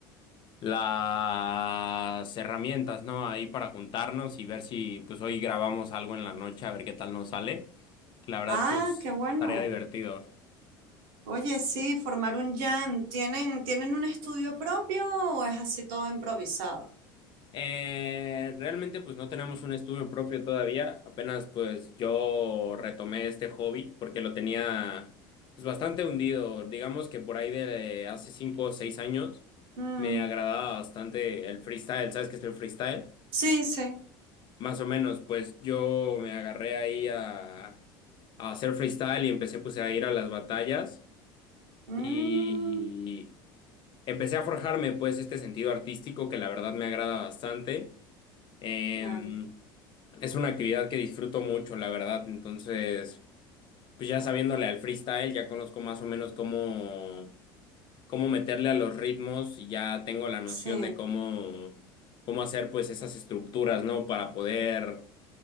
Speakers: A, on the left; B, on the right.
A: las herramientas, ¿no? Ahí para juntarnos y ver si pues hoy grabamos algo en la noche, a ver qué tal nos sale. La verdad,
B: Ah,
A: pues,
B: qué bueno.
A: tarea divertido.
B: Oye, sí, formar un jam. ¿Tienen, tienen un estudio propio o es así todo improvisado?
A: Eh, realmente pues no tenemos un estudio propio todavía, apenas pues yo retomé este hobby porque lo tenía pues bastante hundido, digamos que por ahí de hace cinco o seis años
B: Mm,
A: me agradaba bastante el freestyle, ¿sabes qué es el freestyle?
B: Sí, sí.
A: Más o menos pues yo me agarré ahí a, a hacer freestyle y empecé pues a ir a las batallas
B: Mm,
A: y empecé a forjarme pues este sentido artístico que la verdad me agrada bastante. Em,
B: Claro.
A: Es una actividad que disfruto mucho, la verdad. Entonces, pues ya sabiéndole al freestyle, ya conozco más o menos cómo, cómo meterle a los ritmos y ya tengo la noción
B: Sí,
A: de cómo, cómo hacer pues esas estructuras, ¿no? Para poder,